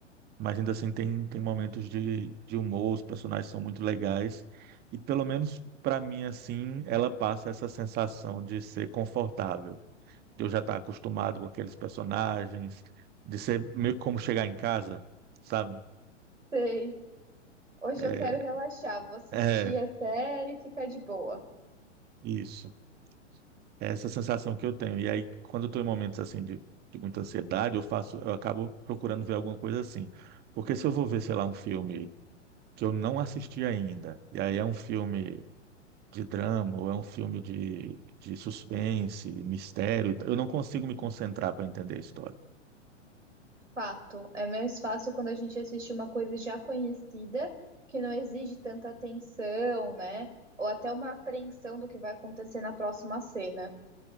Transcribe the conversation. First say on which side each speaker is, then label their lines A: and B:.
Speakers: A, on the right; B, on the right.
A: Mas ainda assim tem, tem momentos de, de humor, os personagens são muito legais, e pelo menos para mim assim, ela passa essa sensação de ser confortável de eu já estar acostumado com aqueles personagens, de ser meio que como chegar em casa, sabe?
B: Sei. Hoje
A: É,
B: eu quero relaxar, vou assistir
A: é
B: a série e ficar de boa.
A: isso. É essa sensação que eu tenho. E aí, quando eu estou em momentos assim de, de muita ansiedade, eu faço, eu acabo procurando ver alguma coisa assim. Porque se eu vou ver, sei lá, um filme que eu não assisti ainda, e aí é um filme de drama, ou é um filme de, de suspense, mistério. Eu não consigo me concentrar para entender a história.
B: Fato. É mais fácil quando a gente assiste uma coisa já conhecida, que não exige tanta atenção, né? Ou até uma apreensão do que vai acontecer na próxima cena.